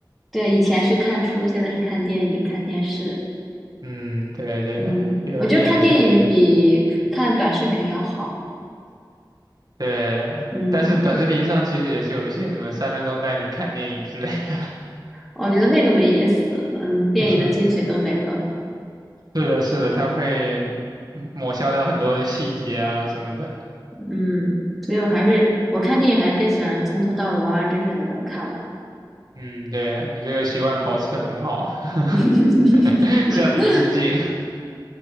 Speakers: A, in the centre; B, on the right (about 55°).
A: 对，以前是看书，现在是看电影、看电视。
B: 嗯，对对，
A: 嗯，
B: 有的电影确实
A: 我觉得看电影比看短视频要好。
B: 对，
A: 嗯，
B: 但是短视频上其实也是有一些什么三分钟带你看电影之类的。
A: 我觉得那个没意思。嗯，电影的精髓都没了。
B: <laughs> 是的，是的，它会嗯抹消掉很多的细节啊什么的。
A: 嗯，所以我还是我看电影还是更喜欢从头到尾完完整整的把它看完。
B: 嗯，对，你这个习惯保持的很好，
A: <laughs>
B: <laughs> 向你致敬。